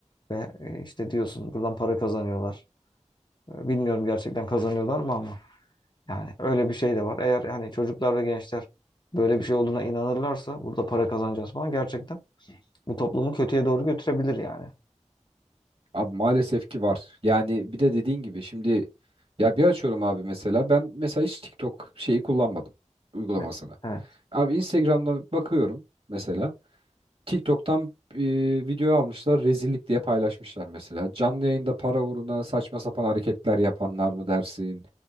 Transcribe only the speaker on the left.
Ve e, işte diyorsun buradan para kazanıyorlar. E, Bilmiyorum gerçekten kazanıyorlar mı ama. Yani öyle bir şey de var. Eğer hani çocuklar ve gençler böyle bir şey olduğuna inanırlarsa burada para kazanacağız falan gerçekten bu toplumu kötüye doğru götürebilir yani.
E, Evet.